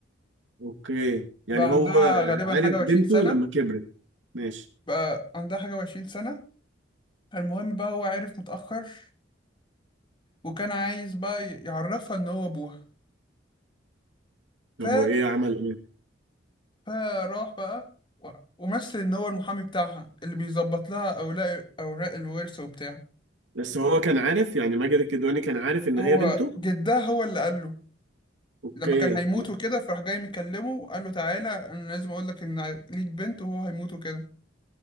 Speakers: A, on the right; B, on the left.
A: اوكي يعني
B: بقى
A: هو
B: عندها غالبا
A: عرف
B: حاجة
A: بنته
B: وعشرين سنة
A: لما كبرت ماشي
B: بقى عندها حاجة وعشرين سنة فالمهم بقى هو عرف متأخر وكان عايز بقى يعرفها إن هو أبوها
A: طب
B: ف...
A: وايه عمل ايه
B: فراح بقى و- ومثل إن هو المحامي بتاعها اللي بيظبط لها أوراق أوراق الورث وبتاع
A: بس هو كان عارف يعني ماجد الكدواني كان عارف ان
B: هو
A: هي بنته
B: جدها هو اللي قال له
A: اوكي
B: لما كان هيموت وكده فراح جاي مكلمه وقال له تعالى أنا لازم أقول لك إن ليك بنت وهو هيموت وكده